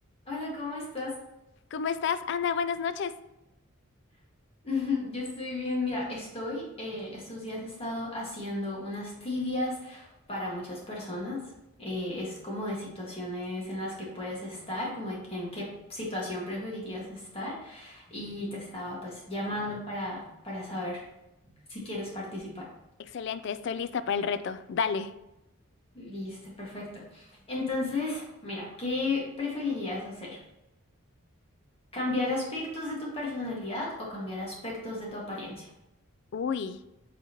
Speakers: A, on the left; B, on the left.
A: Hola, ¿cómo estás?
B: ¿Cómo estás, Ana? Buenas noches.
A: <laughs> Yo estoy bien. Mira, estoy, eh, estos días he estado haciendo unas tibias para muchas personas. Eh, es como de situaciones en las que puedes estar, como de en qué situación preferirías estar. Y te estaba pues llamando para, para saber si quieres participar.
B: Excelente, estoy lista para el reto. Dale.
A: Listo, perfecto. Entonces, mira, ¿qué preferirías hacer? ¿Cambiar aspectos de tu personalidad o cambiar aspectos de tu apariencia?
B: Uy,